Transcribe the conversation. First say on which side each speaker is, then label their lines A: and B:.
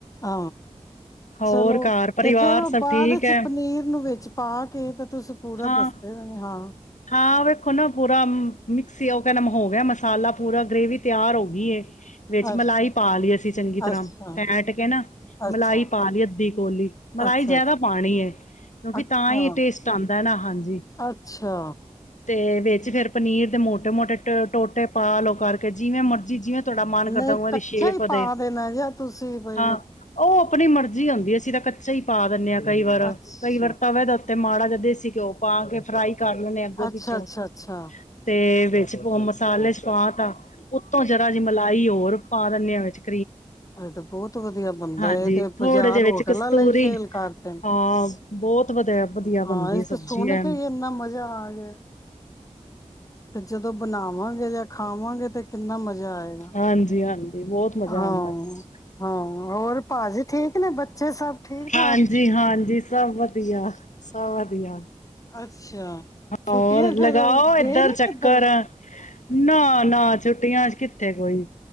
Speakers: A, on the left; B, on the left.
A: ਆ
B: ਹੋਰ
A: ਚਲੋ
B: ਘਰ ਪਰਿਵਾਰ
A: ਤੇ ਫੇਰ ਉਹ
B: ਸਭ
A: ਬਾਅਦ
B: ਠੀਕ
A: ਵਿੱਚ
B: ਹੈ
A: ਪਨੀਰ ਨੂੰ ਵੇਚ ਪਾ ਕੇ ਤੁਸੀਂ ਪੂਰਾ
B: ਹਾਂ
A: ਦੱਸਦੇ ਹਾਂ
B: ਹਾਂ ਵੇਖੋ ਨਾ ਪੂਰਾ ਮਿਕਸੀ ਉਹ ਕਹਿੰਦਾ ਹੋ ਗਿਆ ਮਸਾਲਾ ਪੂਰਾ ਗ੍ਰੇਵੀ ਤਿਆਰ ਹੋ ਗਈ ਵਿੱਚ
A: ਅੱਛਾ,
B: ਮਲਾਈ ਪਾ ਲਈ ਅਸੀਂ ਚੰਗੀ ਤਰ੍ਹਾਂ
A: ਅੱਛਾ,
B: ਫੈਂਟ ਕੇ ਨਾ ਮਲਾਈ
A: ਅੱਛਾ,
B: ਪਾ ਲਈ ਅੱਧੀ ਕੋਲੀ ਮਲਾਈ
A: ਅੱਛਾ,
B: ਜ਼ਿਆਦਾ ਪਾਣੀ ਹੈ ਕਿਉਂਕਿ
A: ਅੱਛਾ।
B: ਤਾਂ ਹੀ ਟੇਸਟ ਆਉਂਦਾ ਨਾ ਹਾਂਜੀ
A: ਅੱਛਾ,
B: ਤੇ ਵਿੱਚ ਫੇਿਰ ਪਨੀਰ ਦੇ ਮੋਟੇ ਮੋਟੇ ਟੋਟੇ ਪਾ ਲਓ ਕਰਕੇ ਜਿਵੇਂ ਮਰਜੀੀ ਜਿਵੇਂ ਤੁਹਾਡਾ ਮਨ ਕਰਦਾ
A: ਨਹੀਂ
B: ਉਵੇਂ ਦੀ
A: ਕਛਾ
B: ਸ਼ੇਪ
A: ਹੀ ਪਾ
B: ਦੇ
A: ਦੇਣਾ ਜਿ ਤੁਸੀਂ ਬਈ
B: ਹਾਂ ਉਹ ਆਪਣੀ ਮਰਜ਼ੀ ਆਉਂਦੀ ਅਸੀਂ ਤਾਂ ਕੱਚਾ ਹੀ ਪਾ ਦਿੰਦੇ ਹਾਂ ਕਈ ਵਾਰ
A: ਅੱਛਾ,
B: ਕਈ ਵਾਰ ਤਾਂ ਵ ਦਾ ਤੇ ਮਾੜਾ ਜਦੇ ਸੀ ਘਿਓ ਪਾ ਕੇ ਫਰਾਈ ਕਰਨਾ ਲਗੋ ਪਿੱਛੋਂ
A: ਅੱਛਾ, ਅੱਛਾ, ਅੱਛਾ,
B: ਤੇ ਵਿੱਚ ਮਸਾਲੇ ਚ ਪਾ ਤਾ ਉਤੋਂ ਜਰਾ ਜ ਮਲਾਈ ਹੋਰ ਪਾ ਦੰਨਿਆ ਵਿੱਚ ਜੀ
A: ਇਹਜ ਤੇ ਬਹੁਤ ਵਧੀਆ ਬੰਦਾ
B: ਹਾਂਜੀ
A: ਤੇ
B: ਥੋੜੇ
A: ਬਾਜ਼ਾਰ
B: ਜਿਹੇ ਵਿੱਚ
A: ਹੋਟਲਾਂ
B: ਕਸਤੂਰੀ
A: ਲਈ ਫੇਲ ਕਰਦੇ
B: ਹਾਂ ਬਹੁਤ ਵਧੀਆ ਵਧੀਆ ਬਣਦੀ
A: ਹਾਂ ਇਹ
B: ਸਬਜ਼ੀ
A: ਤੇ ਸੁਣ
B: ਐ
A: ਕੇ ਇਨਾ ਮਜ਼ਾ ਆ ਗਿਆ ਤੇ ਜਦੋਂ ਬਣਾਵਾਂਗੇ ਜਾਂ ਖਾਵਾਂਗੇ ਤੇ ਕਿੰਨਾ ਮਜ਼ਾ ਆਏਗਾ
B: ਹਾਂਜੀ ਹਾਂਜੀ ਬਹੁਤ ਮਜ਼ਾ
A: ਹਾਂ
B: ਆਉਂਦਾ ਹਮ
A: ਹਾਂ ਹੋਰ ਭਾਜੀ ਠੀਕ ਨੇ ਬੱਚੇ ਸਭ ਠੀਕ
B: ਹਾਂਜੀ
A: ਠਾਕ
B: ਹਾਂਜੀ ਸਭ ਵਧੀਆ ਸਭ ਵਧੀਆ
A: ਅੱਛਾ
B: ਹੋਰ
A: ਛੁੱਟੀਆਂ
B: ਲਗਾਓ
A: ਫੇਰ
B: ਇੱਧਰ
A: ਗਏ ਨੀ
B: ਚੱਕਰ
A: ਕਿੱਧਰ
B: ਨਾ ਨਾ ਛੁੱਟੀਆਂ ਚ ਕਿੱਥੇ ਕੋਈ